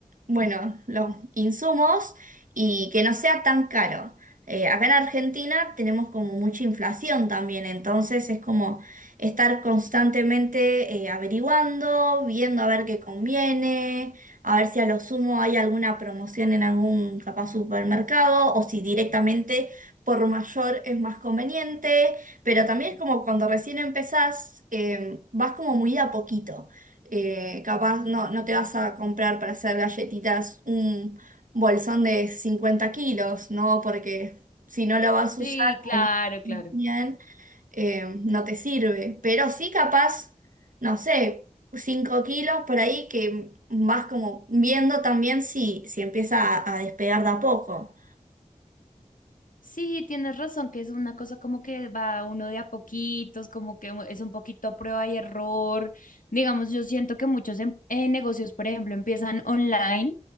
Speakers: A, on the right; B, on the left.
A: Bueno, los insumos y que no sea tan caro. Eh, acá en Argentina tenemos como mucha inflación también, entonces es como estar constantemente eh, averiguando, viendo a ver qué conviene, a ver si a lo sumo hay alguna promoción en algún capaz supermercado o si directamente por mayor es más conveniente, pero también es como cuando recién empezás, eh, vas como muy de a poquito eh, capaz no, no te vas a comprar para hacer galletitas un bolsón de 50 kilos, ¿no? Porque si no lo vas a
B: Sí,
A: usar
B: claro,
A: o no bien,
B: claro.
A: eh, no te sirve. Pero sí capaz, no sé, 5 kilos por ahí que vas como viendo también si, si empieza a, a despegar de a poco.
B: Sí, tienes razón, que es una cosa como que va uno de a poquitos, como que es un poquito prueba y error. Digamos, yo siento que muchos em- eh, negocios, por ejemplo, empiezan online